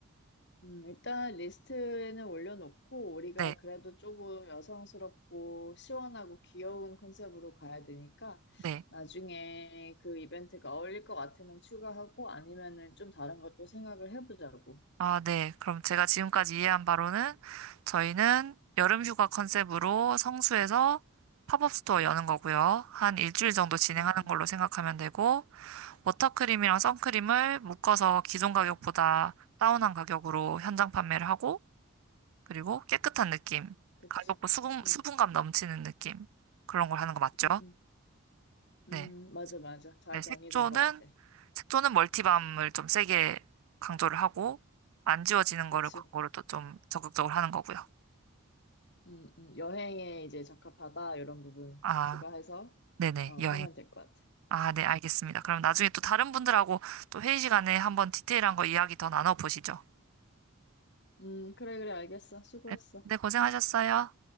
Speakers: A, on the left (about 50°); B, on the right (about 70°).
A: 음, 일단 리스트에는 올려놓고 우리가
B: 네,
A: 그래도 조금 여성스럽고 시원하고 귀여운 컨셉으로 가야 되니까
B: 네.
A: 나중에 그 이벤트가 어울릴 것 같으면 추가하고 아니면은 좀 다른 것도 생각을 해보자고.
B: 아, 네. 그럼 제가 지금까지 이해한 바로는 저희는 여름 휴가 컨셉으로 성수에서 팝업 스토어 여는 거고요. 한 일주일 정도 진행하는
A: 음, 음,
B: 걸로 생각하면 되고, 워터크림이랑 선크림을 묶어서 기존 가격보다 다운한 가격으로 현장 판매를 하고, 그리고 깨끗한 느낌,
A: 그치.
B: 가볍고 수분,
A: 음,
B: 수분감 넘치는 느낌, 그런 걸 하는 거 맞죠?
A: 음, 음, 음,
B: 네.
A: 맞아, 맞아. 잘
B: 네, 색조는
A: 정리된 것 같아.
B: 색조는 멀티밤을 좀 세게 강조를 하고 안 지워지는
A: 그치.
B: 거를 광고로 또 좀 적극적으로 하는 거고요.
A: 음, 음, 여행에 이제 적합하다 이런 부분
B: 아,
A: 추가해서
B: 네네,
A: 어,
B: 여행.
A: 하면 될 것 같아.
B: 아,
A: 음,
B: 네, 알겠습니다.
A: 음.
B: 그럼 나중에 또 다른 분들하고 또 회의 시간에 한번 디테일한 거 이야기 더 나눠보시죠.
A: 음, 그래, 그래, 알겠어. 수고했어.
B: 네, 네, 고생하셨어요.